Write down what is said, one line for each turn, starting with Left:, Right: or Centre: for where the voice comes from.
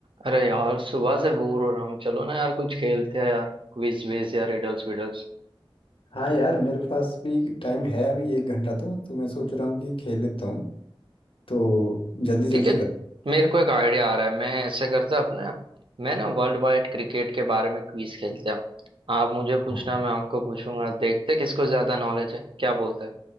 Right: अरे यार सुबह से बोर हो रहा हूँ चलो ना यार कुछ खेलते हैं यार क्विज विज या रिडल्स विडल्स
Left: हाँ यार मेरे पास भी टाइम है अभी एक घंटा तो तो मैं सोच रहा हूँ कि खेल लेता हूँ तो जल्दी जल्दी
Right: ठीक है
Left: कर मैं
Right: मेरे
Left: तो
Right: को एक आइडिया आ रहा है मैं ऐसे करता अपने मैं ना वर्ल्ड वाइड क्रिकेट के बारे में क्विज खेलते हैं आप मुझे पूछना
Left: हाँ
Right: मैं आपको पूछूंगा देखते हैं किसको ज्यादा नॉलेज है क्या बोलते